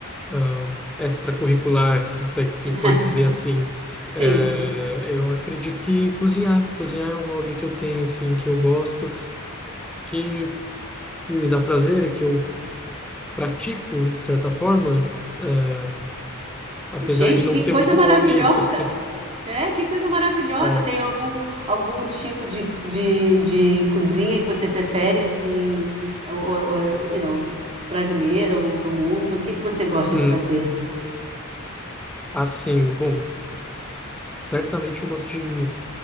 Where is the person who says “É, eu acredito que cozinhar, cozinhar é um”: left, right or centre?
Centre